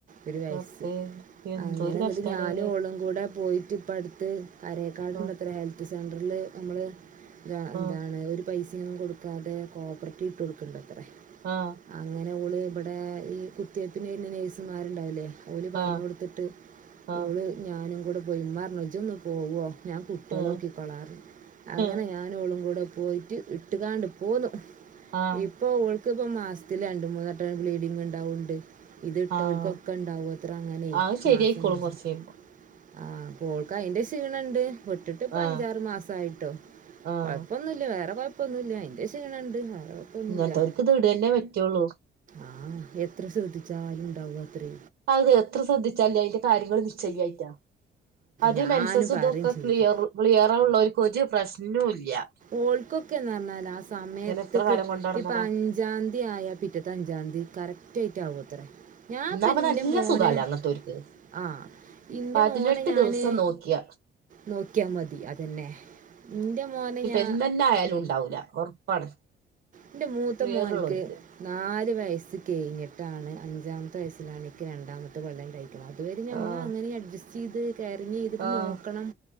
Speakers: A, on the right; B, on the right.
A: ഒരു വയസ്സ്.
B: റബ്ബേ എന്തോരു
A: അങ്ങനെന്ന്ട്ട്
B: കഷ്ടാലേ
A: ഞാനു ഓളും കൂടെ പോയി പ്പടത്ത് അരെക്കാട്ണ്ടത്രെ
B: ആഹ്
A: ഹെൽത്ത് സെന്ററില്നമ്മള് ഇത് എന്താണ്
B: ആഹ്
A: ഒര് പൈസൊന്നും കൊടുക്കാതെ കോപ്രെട്ടി ഇട്ട് കൊടുക്കണ്ടത്രെ
B: ആഹ്
A: അങ്ങനെ ഓള് ഇവിടേ ഈ കുത്തിവെപ്പിന് വരുന്ന നഴ്സമ്മാരുണ്ടാവില്ലെ ഓല് പറഞ്ഞൊട്ത്ത്ട്ട്
B: ആഹ് ആഹ്
A: ഓള് ഞാനും കൂടെ പോയി. ഇമ്മറഞു ഇജൊന്ന് പോവൊ ഞാ കുട്ടീളോക്കിക്കോളറഞ്ഞു
B: ആഹ്
A: അങ്ങനെ
B: ആഹ്
A: ഞാ ഞാനും ഓളും കൂടെ ഇട്ടതാണ്ടി. പോന്നു
B: ആഹ്
A: ഇപ്പൊ ഓൾ <unintelligible> പ്പം അറ മാസത്ത്ല് രണ്ട് മൂന്ന് വട്ടം ബ്ലീഡിങ്ങ്ണ്ടാവണ്ണ്ട് ഇത് ഇട്ടോൽകൊക്കെണ്ടാവത്രെ
B: ആഹ്
A: അങ്ങനെ
B: അത് ശരിയായിക്കോളും
A: മാസം മാസം
B: കൊറച്ച് കഴിയുമ്പോ
A: ആഹ് പ്പോൾക്ക് അയിന്റെ ക്ഷീണണ്ട്. വിട്ട്ട്ട്
B: ആഹ്
A: അഞ്ചാറ് മാസായിട്ടൊ.
B: ആഹ്
A: കൊഴപ്പൊ ന്നുല്ല വേറെ കൊഴപ്പൊന്നുല്ല അയിന്റെ ക്ഷീണണ്ട് വേറെ കുഴപ്പമൊന്നുമില്ല
B: ഇങ്ങൻത്തോർക്കിത് ഇടന്നെ പറ്റൊള്ളു
A: ആഹ് എത്ര ശ്രദ്ധിച്ചാലും ഇണ്ടാവത്രെ
B: അത് എത്ര ശ്രദ്ധിച്ചാല് അയിന്റെ കാര്യങ്ങള് നിശ്ച്യല്ലായ്ട്ടാ അത്
A: ഞാന്
B: മെൻസസും
A: പറയും
B: ഇതൊക്കെ
A: ചെയ്തു
B: ക്ലിയർ ക്ലിയറുള്ളോർക്ക് ഒരു പ്രശ്നൊയില്ല
A: ഓൾക്കൊക്കേന്ന റഞ്ഞാല് ആഹ് സമയത്ത്ക്ക്
B: എത്ര കാലം കൊണ്ട് നടന്നതാ
A: ഇപ്പഞ്ച് അഞ്ചാന്തി ആയ പിറ്റെത്തെ അഞ്ചാതി കറക്റ്റായിട്ടാവുവത്രെ ഞാപ്പന്റെ
B: എന്നാ അപ്പൊ നല്ല
A: മോനെ
B: സുഖാല്ലേ അങ്ങനത്തോർക്ക്
A: ആഹ് ഇന്റെ
B: പതിനെട്ട്
A: മോനെ ഞാന്
B: ദിവസം നോക്കിയ
A: നോക്കിയമതി അതെന്നെ ഇന്റെ മോനെ ഞാ
B: ഇന്ന് എന്നായാലുണ്ടാവൂല ഒറപ്പാണ്
A: എൻ്റെ മൂത്ത
B: ക്ലിയറൊള്ളോർക്ക്
A: മോൻക്ക് നാല് വയസ് കഴിഞ്ഞട്ടാണ് അഞ്ചാമത്തെ വയസ്സിലാണ് ഇക്ക് രണ്ടാമത്തെ പെണ്ണണ്ടായ് അതുവരെ ഞമ്മള്
B: ആഹ്
A: അങ്ങനീം അഡ്ജസ്റ്റീത് എറങ്ങി ഇതിട്ട്
B: ആഹ്
A: നോക്കണം